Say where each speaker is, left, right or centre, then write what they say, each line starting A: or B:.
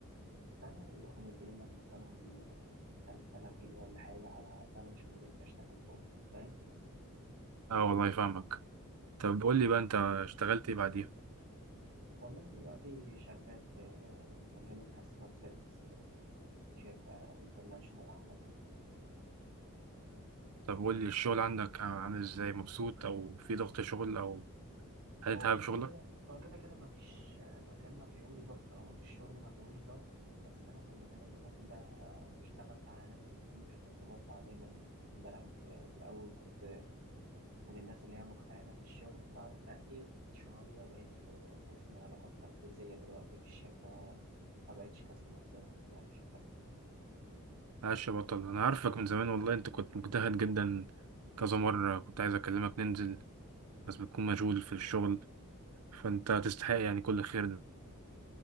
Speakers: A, on the right (about 60°); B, on the right (about 80°).
A: سنه يروحوا مدين لك مثلا 3000 جنيه ولا حاجه على ثلاث شهور انت اشتغلتهم فاهم
B: اه والله فاهمك طب قول لي بقى انت اشتغلت ايه بعديها
A: والله دلوقتي شغال في مجال الكاستمر سيرفيس في شركه انترناشونال عامه
B: طب قول لي الشغل عندك عامل ازاي مبسوط او في ضغط شغل او هتتعب
A: هو كده
B: شغلك
A: كده هو كده كده مفيش مكان ما فيهوش ضغط او مفيش شغل ما فيهوش ضغط بس انا في المكان اللي انا فيه ده اشتغلت على نفسي كتير كنت بطلع دايما برانك الاول كنت من الناس اللي هي مجتهدة في الشغل فترقيت شوية بقيت في قسم علاقات تنفيذية دلوقتي في الشركة ما بقتش كاستمر سيرفيس يعني شغال
B: معلش يا بطل انا عارفك من زمان والله انت كنت مجتهد جدا كذا مرة كنت عايز اكلمك ننزل بس بتكون مشغول في الشغل فانت تستحق يعني كل الخير ده